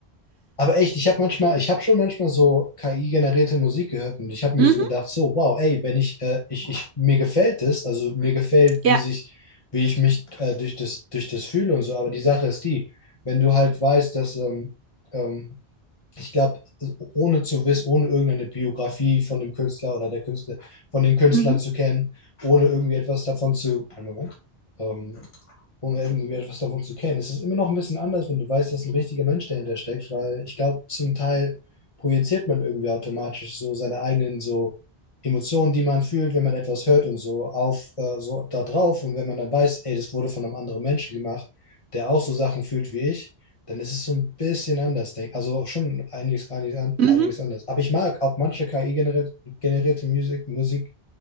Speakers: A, on the left; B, on the right.
A: Aber echt, ich habe manchmal, ich habe schon manchmal so KI-generierte Musik gehört und ich habe mir
B: Mhm,
A: so gedacht, so, wow, ey, wenn ich, äh, ich, ich, mir gefällt es, also mir gefällt,
B: ja.
A: wie sich, wie ich mich äh, durch das, durch das fühle und so, aber die Sache ist die, wenn du halt weißt, dass, ähm, ähm, ich glaube, ohne zu wissen, ohne irgendeine Biografie von dem Künstler oder der Künstler, von den Künstlern
B: Mhm,
A: zu kennen, ohne irgendwie etwas davon zu, einen Moment, ähm, ohne irgendwie etwas davon zu kennen. Es ist immer noch ein bisschen anders, wenn du weißt, dass ein richtiger Mensch dahinter steckt, weil ich glaube, zum Teil projiziert man irgendwie automatisch so seine eigenen so Emotionen, die man fühlt, wenn man etwas hört und so auf äh, so da drauf und wenn man dann weiß, ey, das wurde von einem anderen Menschen gemacht, der auch so Sachen fühlt wie ich, dann ist es so ein bisschen anders, denk, also schon einiges, einiges, an-
B: mhm.
A: einiges anders. Aber ich mag auch manche KI-generierte Musik, Musik